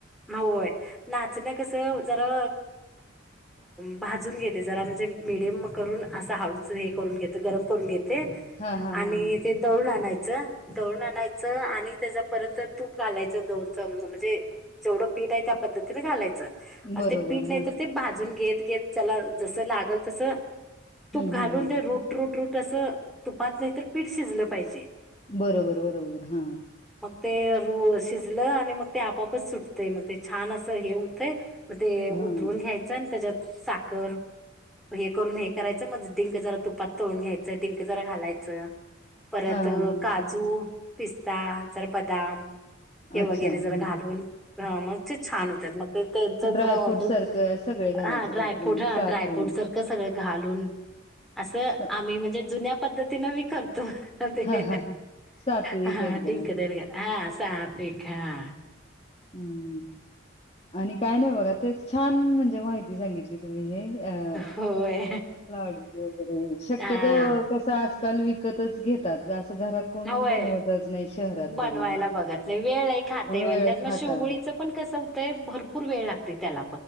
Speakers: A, in the centre; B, on the left.
A: होय नाचन कसं जरा भाजून घेते जरा म्हणजे मीडियम करून असं हळूच हे करून घेते गरम करून घेते
B: हां, हां,
A: आणि
B: हां, हां.
A: ते दळून आणायच. दून आणायचं आणि त्याचा परत तूप घालायचं दौचं म्हणजे जेवढं पीठ आहे त्या पद्धतीने घालायचं आणि
B: बरोबर.
A: ते पीठ नाही
B: हां.
A: तर ते भाजून घेत त्याला जस लागल तस तूप
B: हं,
A: घालून
B: हं, हं.
A: ते रूट रूट रूट तसं तुपात नाही तर पीठ शिजलं पाहिजे.
B: बरोबर बरोबर हा.
A: ते रू शिजलं आणि मग ते आपापच सुटतय मग ते छान असं हे होतंय. मग ते उतरून
B: हां,
A: घ्यायचं आणि त्याच्यात साखर हे करून हे करायचं. समज डिंक जरा तुपात तळून घ्यायचं, डिंक जरा घालायचं. परत
B: हां.
A: काजू, पिस्ता जरा बदाम हे
B: अच्छा.
A: वगैरे
B: हां,
A: जरा घालून,
B: हां.
A: हा मग ते छान होतात मग ते त्याच
B: ड्रायफ्रूट
A: जरा ऑर्डर
B: सारखं सगळे घालायचे
A: हा
B: त्यात
A: ड्रायफ्रूट हा
B: सातवे
A: ड्रायफ्रूट सारखं सगळं घालून असं
B: स
A: आम्ही म्हणजे जुन्या पद्धतीन मी कर त ते
B: हां, हां, हां. सात्विक
A: हा
B: एकदम.
A: डिंक देन का हा. साप हे कार?
B: हम्म आणि काय नाही बघा ते छान, म्हणजे माहिती सांगितली. तुम्ही हे अ
A: होय
B: लाडूचे वगरे शक्यतो
A: हा
B: कसा काल विकतच घेतात. घरात कोण
A: होय
B: बनवतच नाही शहरात
A: बनवायला
B: तरी
A: बघत नाही वेळ खातय
B: वेळ
A: म्हणत्यात.
B: खातात
A: शेवगोळीचं पण कसं होतंय भरपूर वेळ लागते त्याला.